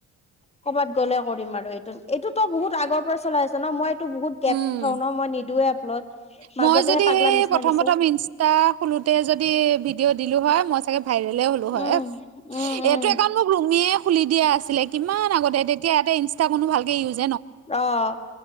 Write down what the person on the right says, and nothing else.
উম
মই যদি
সেই
প্ৰথম
প্ৰথম ইনষ্টা খুলোতে যদি ভিডিঅ' দিলো হয়, মই চাগে ভাইৰেলে হলো হয়।
এইটো একাউণ্ট মোক ৰুমিয়ে খুলি দিয়া আছে। ছিলে কিমান আগতে তেতিয়া এটা ই কোনো ভালকে ইউজ